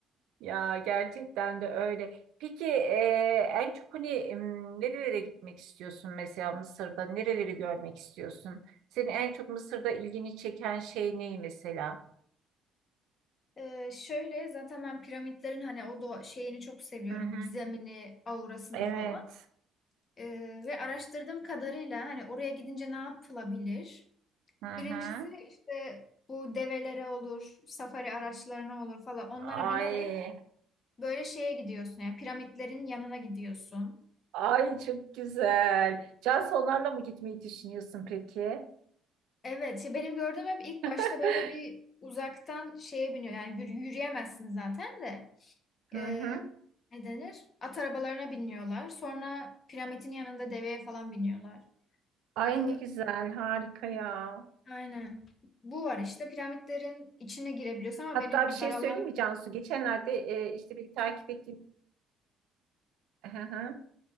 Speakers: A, on the right; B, on the left.
A: Ya gerçekten de öyle. Peki e, en çok hani m, nerelere gitmek istiyorsun mesela Mısır'da? Nereleri görmek istiyorsun? Senin en çok Mısır'da ilgini çeken şey ne mesela?
B: Ee, şöyle zaten ben piramitlerin hani o doğa şeyini çok seviyorum.
A: Hı hı.
B: Gizemini, aurasını
A: Evet.
B: falan. Ee, ve araştırdığım kadarıyla hani oraya gidince ne yapılabilir?
A: Hı
B: Birincisi
A: hı.
B: işte bu develere olur, safari araçlarına olur falan onlara
A: Ay,
B: binerek böyle şeye gidiyorsun yani piramitlerin yanına gidiyorsun.
A: ay çok güzel. Cansu onlarla mı gitmeyi düşünüyorsun peki?
B: Evet ya benim gördüğüm hep ilk
A: <laughs>
B: başta böyle bir uzaktan şeye biniyor yani yürü- yürüyemezsin zaten de
A: Hı
B: Ee,
A: hı.
B: ne denir? At arabalarına biniyorlar sonra piramidin yanında deveye falan biniyorlar.
A: Ay
B: Ee,
A: ne güzel, harika ya.
B: aynen bu var işte piramitlerin içine girebiliyorsun ama
A: Hatta
B: benim
A: bir şey
B: daralan
A: söyleyeyim mi Cansu? Geçenlerde e, işte bir takip ettiğim Hı hı.